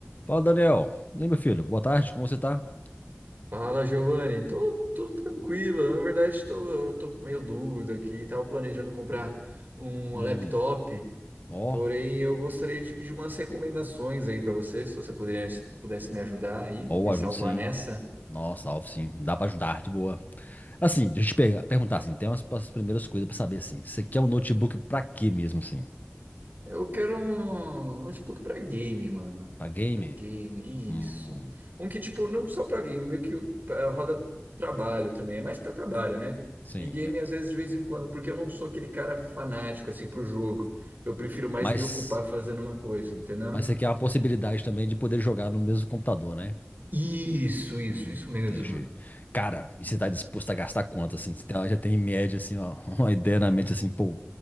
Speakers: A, on the left; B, on the right.
A: Fala, Daniel. E aí, meu filho? Boa tarde, como você tá?
B: Fala, Giovanni. Tô, tô tranquilo. Na verdade, tô, tô com meio dúvida aqui. Tava planejando comprar um
A: Hum,
B: laptop,
A: ó,
B: porém eu gostaria de pedir umas recomendações aí pra você, se você poderia, pudesse me ajudar aí,
A: ó,
B: me
A: ajudo
B: salvar
A: sim.
B: nessa.
A: Nossa, Alvo, sim. Dá pra ajudar, de boa. Assim, deixa eu te pe- perguntar, assim, tem umas, umas primeiras coisas pra saber, assim. Você quer um notebook pra quê mesmo, assim?
B: Eu quero um um notebook pra game, mano.
A: Pra game?
B: Pra game,
A: Hum,
B: isso. Um que, tipo, não só pra game, meio que eh, roda trabalho também. É mais pra trabalho, né?
A: sim.
B: E game,
A: é-
B: às vezes, de vez em quando, porque eu não sou aquele cara fanático, assim, pro jogo. Eu prefiro mais
A: Mas,
B: me ocupar fazendo uma coisa, entendeu?
A: mas você quer uma possibilidade também de poder jogar no mesmo computador, né?
B: Isso, isso,
A: Hum,
B: isso mesmo.
A: Entendi. Cara, e
B: Uhum.
A: você tá disposto a gastar quanto, assim? Você tem- já tem em média, assim, ó, <laughs> uma ideia na mente, assim, pô.